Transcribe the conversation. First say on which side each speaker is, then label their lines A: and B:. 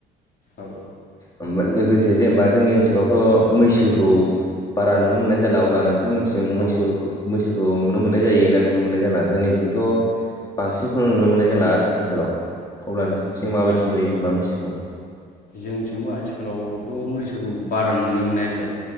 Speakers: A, on the left; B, on the left.
A: औ
B: ओ लोगोसे जेनेबा जोंनि ओनसोलावथ' मैसोखौ बारा नुनो मोननाय जाला अब्ला नोंथांमोनसिजों
A: औ
B: मैसो मैसोखौ नुनो मोननाय जायो ना नुनो मोननाय जाला जोंनि जोंथ' बांसिनखौनो नुनो मोननाय जाला आथिखालाव अब्ला नोंसोरनिथिं माबायदि
A: आरो
B: नुयो जेनेबा मैसोखौ
A: जोंथिंबो आथिखालावथ' मैसोखौ बारा नुनो मोननाय जाया